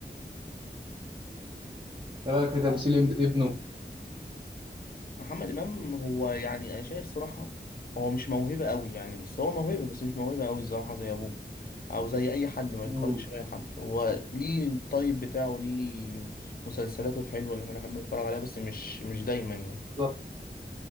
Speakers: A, on the right; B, on the left.
A: ايه رأيك في تمثيل ابنه
B: محمد امام هو يعني انا شايف صراحة هو مش موهبة قوي يعني بس هو موهبة بس مش موهبة قوي الصراحة زي ابوه او زي اي حد ما
A: مم.
B: يتقارنش باي حد هو ليه الطيب بتاعه ليه مسلسلاته الحلوة اللي احنا بنحب نتفرج عليها بس مش مش دايما يعني
A: بالظبط